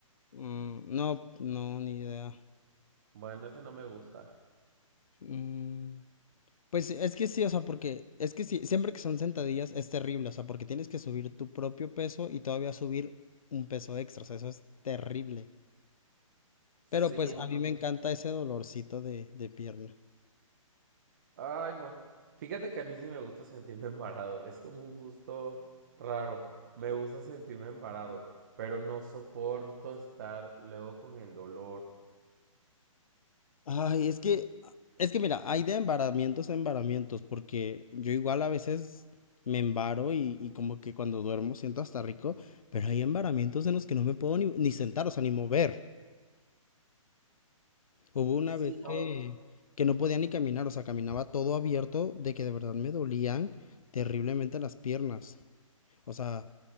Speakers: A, on the left; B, on the right.
A: Mm, no, no, ni idea.
B: Bueno, ese no me gusta.
A: Mm, pues es que sí, o sea, porque es que sí, siempre que son sentadillas es terrible, o sea, porque tienes que subir tu propio peso y todavía subir un peso extra, o sea, eso es terrible.
B: Sí,
A: Pero pues no.
B: no,
A: a mí
B: no.
A: me encanta ese dolorcito de, de pierna.
B: Ay, no. Fíjate que a mí sí me gusta sentirme <laughs> embarado. Es como un gusto raro. Me gusta sentirme embarado, pero no soporto estar luego con el dolor.
A: Ay, es que, es que mira, hay de embaramientos a embaramientos, porque yo igual a veces me embaro y, y como que cuando duermo siento hasta rico, pero hay embaramientos en los que no me puedo ni, ni sentar, o sea, ni mover. Hubo una
B: Sí,
A: vez
B: no.
A: que, que no podía ni caminar, o sea, caminaba todo abierto de que de verdad me dolían terriblemente las piernas. O sea,